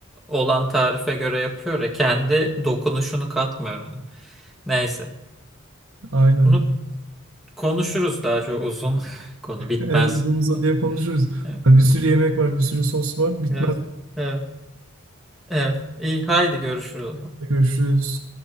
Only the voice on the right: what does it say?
Aynen.
<laughs>
Evet, uzun
uzadıya
konuşuruz.
Bir sürü yemek var, bir sürü sos var. Bitmez.
Görüşürüz.